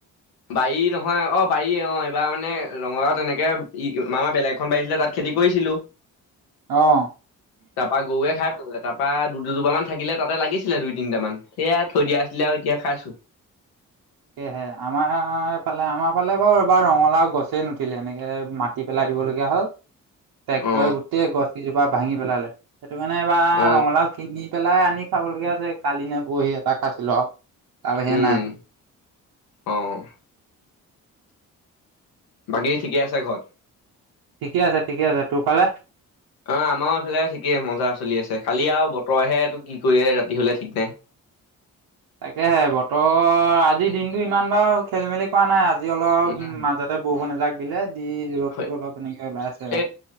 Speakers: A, on the left; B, on the right.
A: বাৰী নহয়, অ বাৰীয়ে অ এইবাৰ মানে ৰঙালাওত এনেকে ই মামা বেলেগ এখন বাৰী আছিলে তাত? খেতি কইছিলো।
B: অ'।
A: পা গৰুৱে খাই পেলালে তাৰপৰা দু দুজোপামান থাকিলে তাতে লাগিছিলে দুই তিনিটামান সেয়া থৈ দিয়া আছিলে আউ এতিয়া খাইছোঁ
B: সেহে আমাৰফালে আমাৰ ফালে বাউ এবাৰ ৰঙালাও গছেই নুঠিলে এনেকে মাটি পেলাই দিবলগীয়া হ'ল হয় <inaudible> ট্ৰেক্টৰে
A: অ
B: গোটেই গছ কেইজোপা ভাঙি পেলালে, সেইটো কাৰণে এইবাৰ
A: অ
B: ৰঙালাওঁ কিনি পেলাই আনি খাব লগীয়া হৈছে যে কালি নে পৰহি এটা খাইছিলো আৰু, তাৰ বাহিৰে
A: উম
B: নাই।
A: অ'। বাকী ঠিকে আছে ঘৰত?
B: ঠিকে আছে ঠিকে আছে, তোৰফালে?
A: অ', আমাৰো এইফালে ঠিকেই মজা চলি আছে, খালি আৰু বতৰহে এইটো কি কৰি ৰাতি হ'লে ঠিক নাই।
B: তাকেহে বতৰ আজি দিনটো ইমান বাৰু খেলি মেলি কৰা নাই, আজি অলপ
A: উম
B: মাজত তাতে বৰষুণ এজাক দিলে, দি ৰ'দটো
A: হয়,
B: অলপ এনেকে ওলাই আছে আৰু
A: এই,